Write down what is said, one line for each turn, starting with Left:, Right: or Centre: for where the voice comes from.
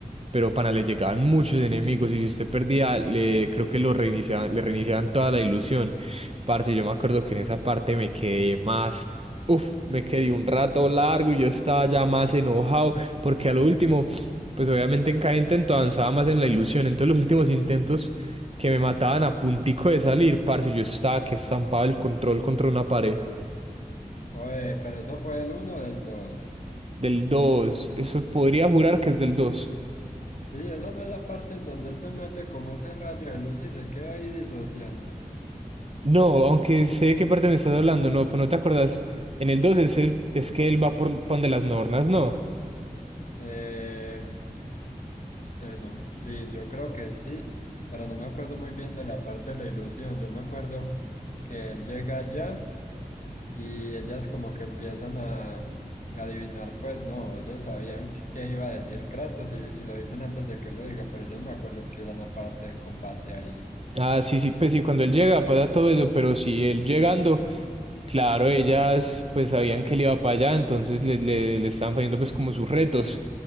Right: Pero pana, le llegaban muchos enemigos y si usted perdía, le creo que lo reiniciaban, le reiniciaban toda la ilusión. Parce, yo me acuerdo que en esa parte me quedé más, uf, me quedé un rato largo y yo estaba ya más enojado porque a lo último, pues obviamente en cada intento avanzaba más en la ilusión. Entonces, los últimos intentos que me mataban a puntico de salir, parce, yo estaba que estampaba el control contra una pared.
Left: Oye, pero eso fue el uno o el dos.
Right: Del 2 eso podría jurar que es del dos
Left: Sí, esa no es la parte en donde él se mete como ese rayo de luz y se queda ahí disociando.
Right: No, aunque sé de qué parte me estás hablando, no, pues no te acordás. En el 2 es, el, es que él va por, por donde las nornas, ¿no?
Left: Eh, Eh, no- sí, yo creo que sí, pero no me acuerdo muy bien de la parte de la ilusión. Yo me acuerdo que él llega allá y ellas como que empiezan a, a adivinar, pues no, ellos sabían qué iba a decir Kratos y, y lo dicen antes de que lo diga, pero yo no me acuerdo que hubiera una parte de combate ahí.
Right: Ah, sí, sí, pues sí, cuando él llega pasa todo eso, pero si él llegando, claro, ellas pues sabían que él iba para allá, entonces le, le, le estaban poniendo pues como sus retos.